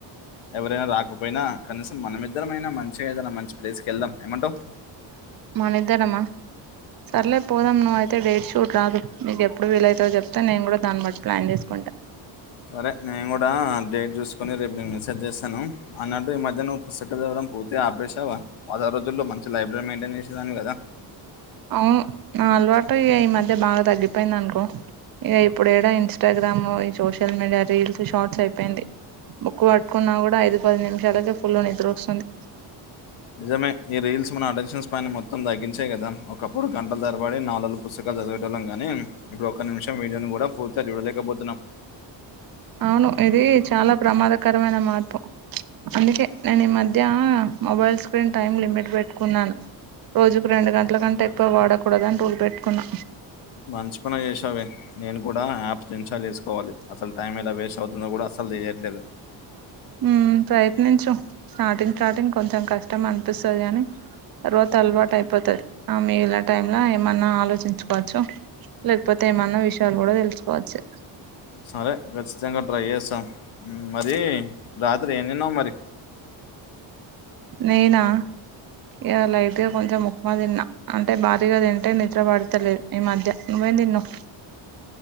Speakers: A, on the left; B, on the right.
A: ఎవరైనా రాకపోయినా కనీసం మనమిద్దరమైనా మంచిగా ఏదైనా మంచి ప్లేస్ కి వెళ్దాం ఏమంటావు
B: మన ఇద్దరమా సర్లే పోదాం నువ్ అయితే డేట్ షూట్ రాదు మీకు ఎప్పుడు వీల అవుతుందో చెప్తే నేను కూడా దాన్ని బట్టి ప్లాన్ చేస్ కుంటా
A: సరే నేను కూడా డేట్ చూసుకొని రేపు నేను మెసేజ్ చేస్తాను అన్నట్టు ఈ మధ్య నువ్వు పుస్తకాలు చదవడం పోతే ఆపేసావా వద రోజుల్లో మంచి లైబ్రరీ మెయింటైన్ చేసేదానివి కదా
B: అవును నా అలవాటు ఇగ ఈ మధ్య బాగా తగ్గిపోయింది కో ఇగ ఇప్పుడు ఎడ ఇన్స్టాగ్రామ్ ఈ సోషల్ మీడియా రీల్స్ షార్ట్స్ అయిపోయింది బుక్కు పట్టుకున్నా కూడా ఐదు పది నిమిషాలకే ఫుల్ నిద్ర వస్తుంది
A: నిజమే ఈ రీల్స్ మన అటెన్షన్స్ పైన మొత్తం తగ్గించాయి కదా ఒకప్పుడు గంటల తరబడి నాల్ పుస్తకాలు చదవెటోల్లం గాని ఇప్పుడు ఒక్క నిమిషం వీడియోని కూడా పూర్తిగా చూడలేకపోతున్నాం
B: అవును ఇది చాలా ప్రమాదకరమైన మార్పు అందుకే నేను ఈ మధ్య మొబైల్ స్క్రీన్ టైం లిమిట్ పెట్టుకున్నాను రోజుకు రెండు గంటల కంటే ఎక్కువ వాడకూడదని రూల్ పెట్టుకున్నా
A: మంచి పని చేసావే నేను కూడా యాప్స్ ఇన్స్టాల్ చేసుకోవాలి అసలు టైం ఎలా వేస్ట్ అవుతుందో కూడా అసలు తెయట్లేదు
B: హ్మ్ ప్రయత్నించు స్టార్టింగ్ స్టార్టింగ్ కొంచెం కష్టం అనిపిస్తాది కాని తర్వాత అలవాటు అయిపోతది ఆ మిగిలిన టైమ్లా ఏమన్నా ఆలోచించుకోవచ్చు లేకపోతే ఏమన్న విషయాలు కూడా తెలుసుకోవచ్చు
A: సరే ఖచ్చితంగా ట్రై చేస్తా మరి రాత్రి ఏం తిన్నావ్ మరి
B: నేనా ఇ లైట్ గా కొంచెం ఉక్మ తిన్నా అంటే భారీగా తింటే నిద్ర పడతలేదు ఈ మధ్య నువ్వే ఏం తిన్నవు.